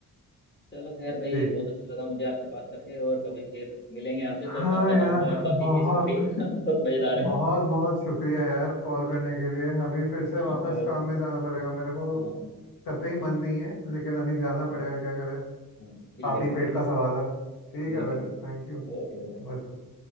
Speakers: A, on the left (about 30°); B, on the left (about 85°).
A: चलो खैर भाई
B: जी
A: बहुत अच्छा लगा मुझे आपसे बात करके और कभी फिर मिलेंगे आपसे तो
B: हाँ
A: तब बताऊंगा
B: यार
A: और बाकी
B: बहुत
A: की स्टोरी <laughs> बहुत मजेदार है
B: बहुत बहुत शुक्रिया यार कॉल करने के लिए अभी फिर से
A: ठीक
B: वापस
A: है भाई
B: काम में जाना पड़ेगा मेरे को
A: हाँ
B: कतई मन नहीं है लेकिन अभी जाना
A: चलो
B: पड़ेगा क्या करें
A: हाँ ठीक
B: पापी
A: है भाई
B: पेट का सवाल है ठीक
A: बिल्कुल
B: है भाई
A: बिल्कुल
B: Thank you
A: ओके भाई bye।